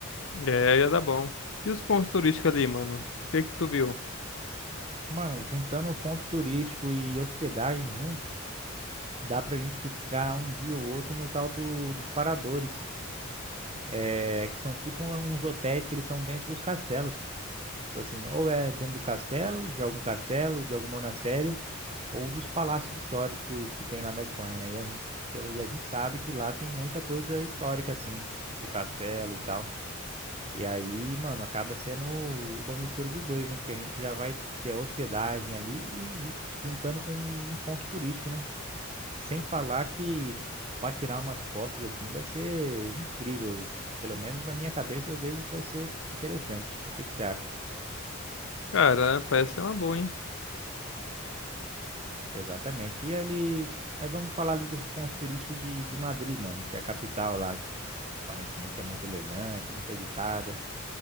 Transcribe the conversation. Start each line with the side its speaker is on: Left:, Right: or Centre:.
Left: É, ia dar bom. E os pontos turísticos ali, mano? O que que tu viu?
Right: Mano, juntando o ponto turístico e hospedagem junto, dá pra gente ficar um dia ou outro no tal do, dos paradores, é, que são tipo um, uns hotéis que eles são dentro dos castelos. Tipo Assim, ou é dentro do castelo, de algum castelo, de algum monastério, ou dos palácios históricos que tem lá na Espanha, né? E a gente, pelo- e a gente sabe que lá tem muita coisa histórica, assim, tipo castelo e tal. E aí, mano, acaba sendo uma mistura dos dois, né? Porque a gente já vai ter a hospedagem ali e ju- juntando com um ponto turístico, né? Sem falar que para tirar umas fotos assim vai ser incrível. Pelo menos na minha cabeça eu vejo que vai ser interessante. O que que você acha?
Left: Cara, parece ser uma boa, hein?
Right: Exatamente. E ali, mas vamos falar ali dos pontos turísticos de, de Madrid, mano, que é a capital lá, que aparentemente é muito elegante, muito agitada.